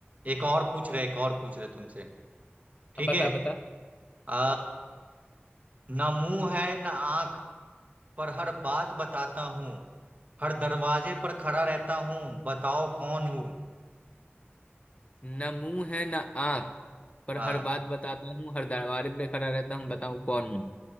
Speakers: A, on the right; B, on the left.
A: एक और पूछ रहे एक और पूछ रहे तुमसे ठीक
B: अब बता
A: है
B: बता
A: अ, ना मुंह है ना आंख पर हर बात बताता हूँ हर दरवाजे पर खड़ा रहता हूँ बताओ कौन हूँ
B: न मुंह है न आंख पर
A: हाँ
B: हर बात बताता हूँ हर दरबार पे खड़ा रहता हूँ बताओ कौन हूँ